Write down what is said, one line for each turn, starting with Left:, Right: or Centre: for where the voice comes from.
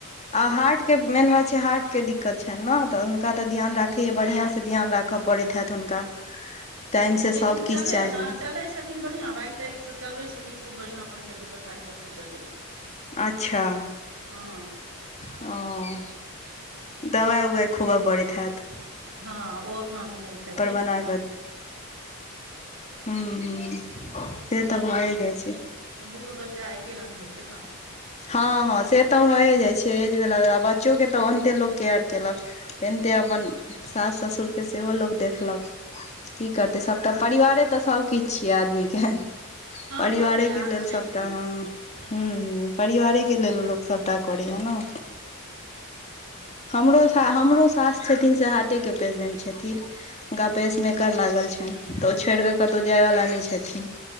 Left: आ हार्टके मेन बात छै हार्ट के दिक्कत छनि ने तऽ हुनका तऽ ध्यान राखैया बढ़िआं से ध्यान राख क पड़ैत हेत हुनका टाइम
Right: ह
Left: से
Right: लेकिन
Left: सब किछु
Right: चले
Left: चाही
Right: हँ चलै छ थिन बढ़ियां बाइक ताइक सब चलबै छथिन खूब बढ़ियां अपन खेती पथारी रखै छथिन
Left: अच्छा
Right: हँ
Left: हं दबा उबा खोब पड़ैत हेत
Right: हँ ओ अपनासँ नहि खेथिन
Left: बना हूं हूं से तऽ भए जाइ छै
Right: आ बूढ़ बच्चा एके रंग होइ छै ने
Left: हँ हँ से तऽ होए जाइ छै एजवला बच्चोके तऽ ओन्ते लोक केयर केलक तेनहिते अपन सास ससुरके सेहो लोक देखलक की करतै सभटाऽ परिवारे तऽ सभकिछ छियै आदमीके
Right: हँ
Left: परिवारे
Right: तब की याद
Left: के लेल
Right: छै
Left: सबटा
Right: की
Left: ह ह ह परिवारेके लेल लोक सभटा करैया ने हमरो सा हमरो सास छथिन से हार्टेके पेशेंट छथिन हुनका पेसमेकर लागल छनि तऽ ओ छोड़ि कऽ कतौ जाय वाला नहि छथिन